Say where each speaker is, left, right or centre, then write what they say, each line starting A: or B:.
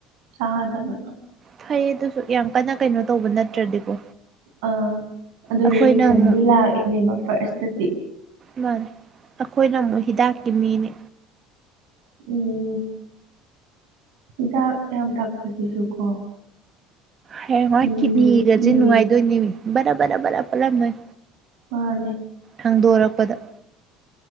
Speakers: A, on the right; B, on the right.
A: ꯆꯥꯗꯕ
B: ꯐꯩꯌꯦ ꯑꯗꯨꯁꯨ ꯌꯥꯝ ꯀꯟꯅ ꯀꯩꯅꯣ ꯇꯧꯕ ꯅꯠꯇ꯭ꯔꯗꯤꯀꯣ
A: ꯑ ꯑꯗꯨ
B: ꯑꯩꯈꯣꯏꯅ
A: ꯔꯤꯌꯦꯛꯁꯟꯗꯤ
B: ꯑꯃꯨꯛ
A: ꯂꯥꯛꯏꯅꯦꯕ ꯐꯥꯔꯁꯇꯗꯤ
B: ꯃꯥꯅꯤꯦ ꯑꯩꯈꯣꯏꯅ ꯑꯃꯨꯛ ꯍꯤꯗꯥꯛꯀꯤ ꯃꯤꯅꯤ
A: ꯎꯝ ꯍꯤꯗꯥꯛ ꯌꯥꯝ ꯊꯛꯄꯁꯤꯁꯨ ꯀꯣ
B: ꯍ ꯃꯥ
A: ꯀꯤꯗꯤ
B: ꯀꯤꯠꯅꯤꯒꯁꯦ
A: ꯀꯤꯌꯦ
B: ꯅꯨꯡꯉꯥꯏꯗꯣꯏꯅꯦꯃꯤ ꯕꯔꯥ ꯕꯔ ꯕꯂꯞ ꯄꯂꯞ ꯅꯣꯏ
A: ꯃꯥꯅꯦ
B: ꯁꯥꯡꯗꯣꯔꯛꯄꯗ